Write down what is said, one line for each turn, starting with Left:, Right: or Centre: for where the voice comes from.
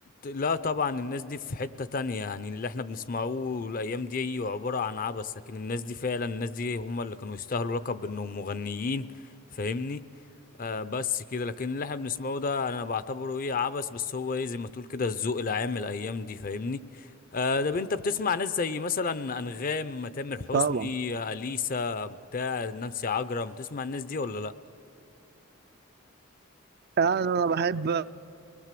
Left: لا طبعا الناس دي في حتة تانية يعني اللي احنا بنسمعوه الأيام دي أيوة عبارة عن عبث لكن الناس دي فعلا الناس دي هم اللي كانوا يستاهلوا لقب إنهم مغنيين فاهمني آه بس كده لكن اللي احنا بنسمعه ده أنا بعتبره إيه عبث بس هو إيه زي ما تقول كده الذوق العام الأيام دي فاهمني آه ده انت بتسمع ناس زي مثلا أنغام تامر حسني
Right: طبعا
Left: أليسا بتاع نانسي عجرم تسمع الناس دي ولا لأ؟
Right: يعني انا بحب